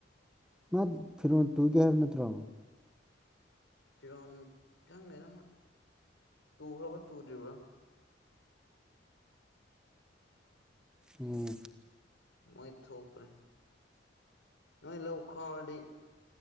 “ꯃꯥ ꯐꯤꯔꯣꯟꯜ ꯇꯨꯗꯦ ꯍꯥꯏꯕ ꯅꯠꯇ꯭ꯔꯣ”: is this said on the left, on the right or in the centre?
Centre